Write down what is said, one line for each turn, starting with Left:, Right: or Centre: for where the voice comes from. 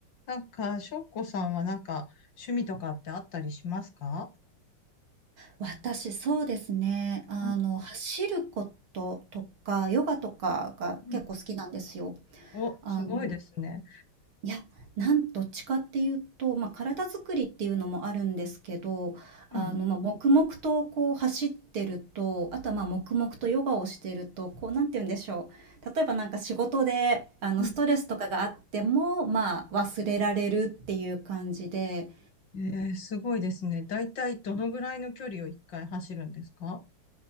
Left: なんか、翔子さんはなんか、趣味とかってあったりしますか
Right: 私、そうですね。あの、
Left: うん
Right: 走ることとか、ヨガとかが結構好きなんですよ。
Left: うんお、
Right: あの、
Left: すごいですね。
Right: いや、なん、どっちかっていうと、まあ、体作りっていうのもあるんですけど、あの、
Left: うん。
Right: まあ、黙々とこう走ってると、あとはまあ、黙々とヨガをしてると、こう、なんて言うんでしょう。例えばなんか仕事で、あの、
Left: うん
Right: ストレスとかがあっても、まあ、忘れられるっていう感じで、
Left: うんえー、すごいですね。だいたいどのぐらいの距離を一回走るんですか